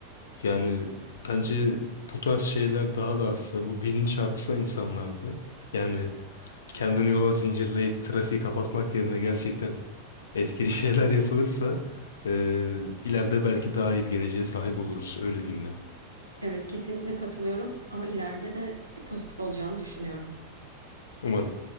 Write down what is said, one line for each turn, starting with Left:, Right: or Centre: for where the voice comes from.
Left: Yani bence bu tarz şeyler daha da artsa, bu bilinç artsa insanlarda, yani kendini yola zincirleyip trafiği kapatmak yerine gerçekten etkili <laughs> şeyler yapılırsa, eee, ileride belki daha iyi bir geleceğe sahip oluruz. Öyle diyeyim ben.
Right: Evet, kesinlikle katılıyorum ama ileride de pozitif olacağını düşünüyorum.
Left: Umarım.